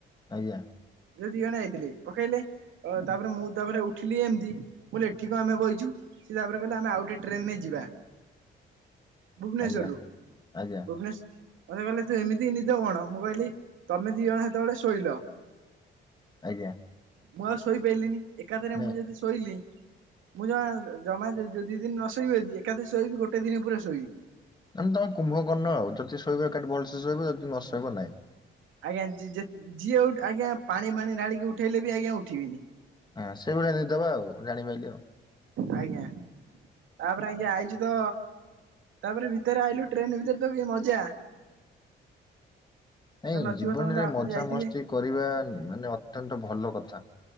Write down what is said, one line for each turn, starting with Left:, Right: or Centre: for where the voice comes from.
Left: ଆଜ୍ଞା।
Right: ଯଉ ଦି ଜଣେ ଯାଇଥିଲେ ପକେଇଲେ। ଅ ତାପରେ ମୁଁ ତାପରେ ଉଠିଲି ଏମତି ମୁଁ କହିଲି ଏଠି କଣ ଆମେ ବଇଛୁ। ସିଏ ତାପରେ କହିଲେ ଆମେ ଆଉେ ଗୋଟେ ଟ୍ରେନରେ ଯିବା ଭୁବନେଶ୍ଵରରୁୁ
Left: ଆଜ୍ଞା ଆଜ୍ଞା
Right: ଭୁବନେଶ୍ ମତେ କହିଲେ ତୁ ଏମିତି ନିଦ କଣ। ମୁଁ କହିଲି ତମେ ଦି ଜଣ ହେତେବେଳେ ଶୋଇଲ।
Left: ଆଜ୍ଞା।
Right: ମୁଁ ଆଉ ଶୋଇ ପାରିଲିନି ଏକାଥରେ
Left: ନାଇଁ
Right: ମୁଁ ଯଦି ଶୋଇଲି ମୁଁ ଜମା ଜମା ଯଦି ଦି ଦିନ ନ ଶୋଇବି ଯଦି ଏକାଥରେ ଶୋଇବି ଗୋଟେ ଦିନ ପୁରା ଶୋଇବି।
Left: ମାନେ ତମେ କୁମ୍ଭକର୍ଣ୍ଣ ଆଉ ଯଦି ଶୋଇବେ ଏକାଠି ଭଲସେ ଶୋଇବେ ଯଦି ନ ଶୋଇବ ନାହିଁ।
Right: ଆଜ୍ଞା ଯି-ଯେ-ଯିଏ ଆଜ୍ଞା ପାଣି ଫାଣି ଢାଳିକି ଉଠେଇଲେ ବି ଆଜ୍ଞା ଉଠିବିନି।
Left: ଆଁ ସେଇଭଳିଆ ନିଦ ବା ଆଉ ମୁଁ ଜାଣିପାଇଲି ଆଉ।
Right: ଆଜ୍ଞା ତାପରେ ଆଜ୍ଞା ଆଇଚୁ ତ ତାପରେ ଭିତରେ ଆଇଲୁ ଟ୍ରେନ ଭିତରେ ତ କି ମଜା।
Left: ନାଇଁ
Right: ତ ନଥିବ
Left: ଜୀବନରେ
Right: ତମେ ତ ଆପଣ
Left: ମଜାମସ୍ତି
Right: ଯାଇଥିବେ
Left: କରିବା ମାନେ ଅତ୍ୟନ୍ତ ଭଲ କଥା।